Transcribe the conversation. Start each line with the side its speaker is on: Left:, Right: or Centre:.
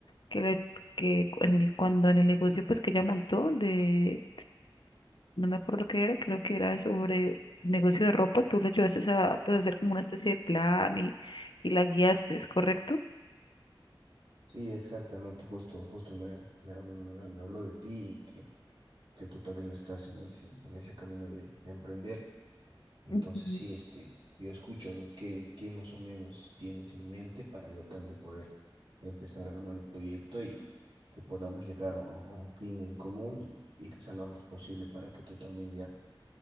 Left: que, le, que cu- en el- cuando en el negocio pues que ella montó de no me acuerdo qué era, creo que era sobre negocio de ropa, tú le ayudaste a pues, hacer como una especie de plan y, y la guiaste, ¿es correcto?
Right: Sí, exactamente, justo, justo me, me, hab- me habló de ti y que, que tú también estás en ese, en ese camino de, de emprender. Entonces,
Left: Ujú.
Right: sí, este, yo escucho lo que, qué más o menos tienes en mente para yo también poder empezar a armar el proyecto y que podamos llegar a, a un fin en común y, y que sea lo antes posible para que tú también ya